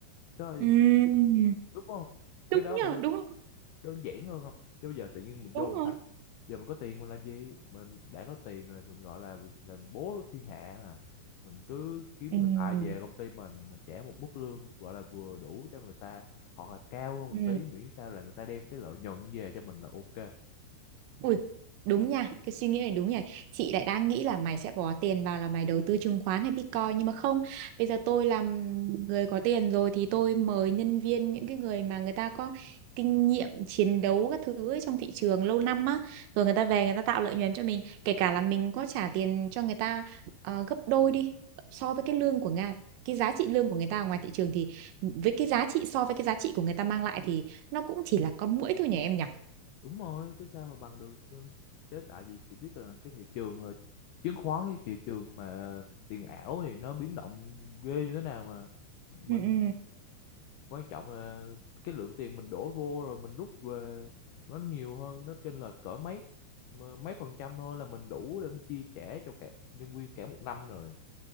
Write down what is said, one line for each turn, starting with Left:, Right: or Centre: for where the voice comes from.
Left: trời
Right: ừ
Left: đúng không cái
Right: đúng
Left: đó
Right: nhờ
Left: phải đơn,
Right: đúng rồi
Left: đơn giản hơn không chứ bây giờ tự nhiên mình
Right: đúng
Left: vô mình
Right: rồi
Left: phải giờ mình có tiền mình làm gì mình đã có tiền rồi mình gọi là là bố thiên hạ mà mình cứ kiếm
Right: ừ
Left: người ta về công ty mình mình trả một mức lương gọi là vừa đủ cho người ta hoặc là cao hơn một
Right: ừ
Left: tí miễn sao là người ta đem cái lợi nhuận về cho mình là ok
Right: Ui, đúng nha, cái suy nghĩ này đúng nhỉ. Chị lại đang nghĩ là mày sẽ bỏ tiền vào là mày đầu tư chứng khoán hay Bitcoin nhưng mà không, bây giờ tôi làm người có tiền rồi thì tôi mời nhân viên những cái người mà người ta có kinh nghiệm chiến đấu các thứ ấy trong thị trường lâu năm á, rồi người ta về người ta tạo lợi nhuận cho mình, kể cả là mình có trả tiền cho người ta ờ, gấp đôi đi so với cái lương của Nga cái giá trị lương của người ta ở ngoài thị trường thì với cái giá trị so với cái giá trị của người ta mang lại thì nó cũng chỉ là con muỗi thôi nhỉ em nhỉ?
Left: đúng rồi chứ sao mà bằng được ừ. chứ tại vì chị biết là cái thị trường ờ, chứng khoán với thị trường mà tiền ảo thì nó biến động ghê như thế nào mà mình
Right: Ừ ừ.
Left: quan trọng là cái lượng tiền mình đổ vô rồi mình rút về nó nhiều hơn nó chênh lệch cỡ mấy mà mấy phần trăm thôi là mình đủ để mình chi trả cho cả nhân viên cả một năm rồi